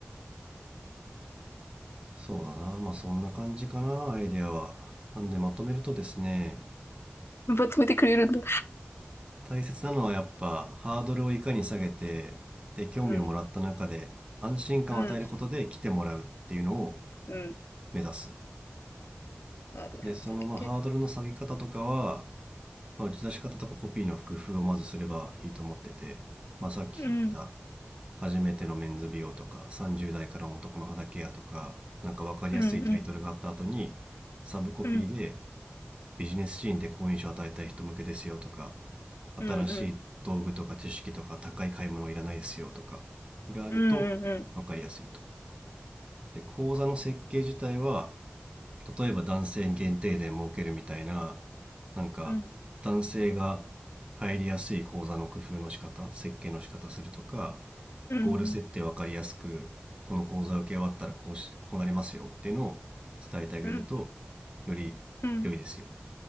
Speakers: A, on the right; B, on the left.
A: そうだなまあそんな感じかなアイデアはなんでまとめるとですね
B: まとめてくれるんだ。
A: 大切なのはやっぱハードルをいかに下げてで興味をもらった中で安心感を与えることで来てもらうっていうのを
B: うん、うん、うん。
A: 目指す
B: ハードルを下げて。
A: でそのまあハードルの下げ方とかは、まあ、打ち出し方とかコピーの工夫をまずすればいいと思ってて、まあ、さっき言った
B: うん、
A: 初めてのメンズ美容とか30代からの男の肌ケアとかなんか分かりやすいタイトルがあった後に
B: うん、うん、
A: サブコピーで
B: うん、うん、
A: ビジネスシーンで好印象を与えたい人向けですよとか
B: うん、
A: 新しい道具とか知識とか高い買い物いらないですよとか
B: うん、
A: があると分かりやすいと。
B: うん、うん、
A: で、講座の設計自体は、例えば男性限定で設けるみたいな、なんか男性が
B: うん。
A: 入りやすい講座の工夫の仕方、設計の仕方するとか、
B: うん
A: ゴール設定分かりやすく、この講座受け終わったらこうし、こうなりますよっていうのを伝えてあげると、
B: うん、
A: より良いですよ。
B: うん、